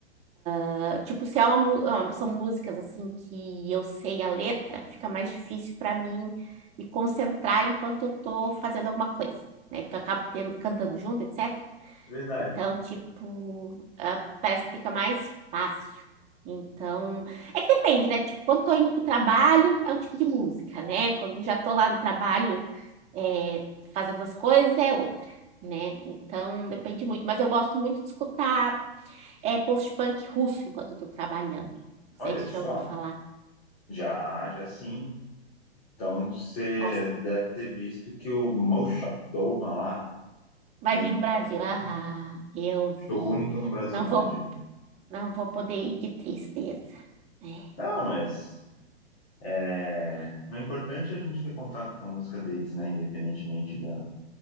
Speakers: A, on the right; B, on the left.
A: ah, tipo, se é uma mu- ah, são músicas assim que eu sei a letra, fica mais difícil para mim me concentrar enquanto eu tô fazendo alguma coisa, né? Porque eu acabo tendo- cantando junto, etc.
B: verdade.
A: Então, tipo, ah, parece que fica mais fácil. Então, é que depende, né? Tipo, quando tô indo pro trabalho, é um tipo de música, né? Quando já tô lá no trabalho, é, fazendo as coisas, é outra, né? Então,
B: Sim.
A: depende muito. Mas eu gosto muito de escutar, é, post-punk russo enquanto eu tô trabalhando. Não
B: Olha
A: sei se
B: só,
A: você já ouviu falar.
B: já, já sim. Então você
A: Gosto.
B: deve ter visto que o Moshat Doma lá
A: Vai
B: vem
A: vir
B: pro
A: no Brasil.
B: Brasil,
A: Ah,
B: né?
A: eu
B: Show
A: vi.
B: único no Brasil,
A: Não
B: imagina.
A: vou, não vou poder ir, que tristeza. É
B: Não, mas é, o importante é a gente ter contato com a música deles, né? Independentemente da,